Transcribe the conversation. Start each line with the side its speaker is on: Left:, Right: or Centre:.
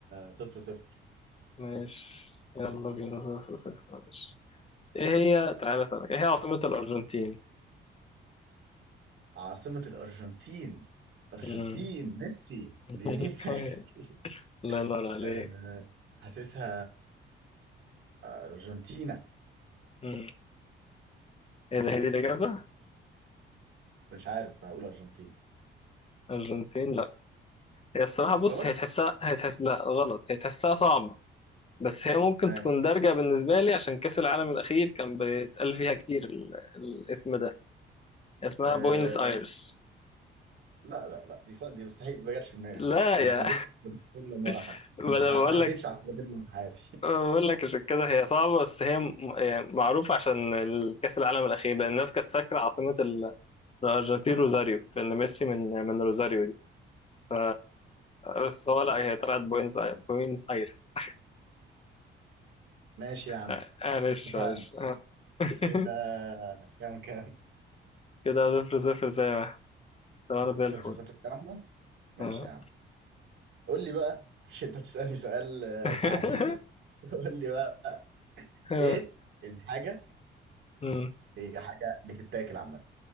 Right: صفر صفر
Left: ماشي يلا بينا صفر صفر ماشي ايه هي تعالى اسالك ايه هي عاصمه الارجنتين
Right: عاصمة الأرجنتين أرجنتين
Left: مم.
Right: ميسي
Left: <laughs>
Right: ليونيل ميسي <laughs>
Left: الله ينور عليك
Right: آه، حاسسها أرجنتينا
Left: مم. ايه ده هي دي الإجابة؟
Right: مش عارف هقول أرجنتين
Left: أرجنتين لا هي الصراحة بص
Right: غلط
Left: هي تحسها هي تحس لا غلط هي تحسها صعبة بس هي ممكن
Right: ماشي
Left: تكون دارجة بالنسبة لي عشان كأس العالم الأخير كان بيتقال فيها كتير ال... الاسم ده اسمها
Right: أه
Left: بوينس آيرس
Right: لا لا لا دي صع- دي مستحيل دي ما جاتش في دماغي
Left: لا
Right: حتى دي
Left: يا
Right: مش موجودة في السلم اللي ورا حتى
Left: <laughs>
Right: مش
Left: ما أنا
Right: بتاع
Left: بقول
Right: ما عدتش
Left: لك
Right: على السلم اللي في حياتي
Left: بقول لك عشان كده هي صعبة بس هي م... يعني معروفة عشان ال- كأس العالم الأخير لأن الناس كانت فاكرة عاصمة ال... الأرجنتين روزاريو لأن ميسي من من روزاريو دي ف... بس هو لا هي طلعت بوينس آي- بوينس آيرس
Right: <laughs> ماشي يا عم
Left: آه، معلش
Right: اتفقنا
Left: معلش آه. <laughs>
Right: كده كام كام
Left: كده صفر صفر زي ما احنا استوانا زي
Right: صفر
Left: الفل
Right: صفر كام احنا ماشي
Left: آه.
Right: يا عم قول لي بقى <laughs> مش انت تسألني سؤال آه،
Left: <laughs>
Right: تعجيزي <laughs> قول لي بقى
Left: آه،
Right: ايه الحاجة
Left: مم،
Right: هي حاجة بتتاكل عامة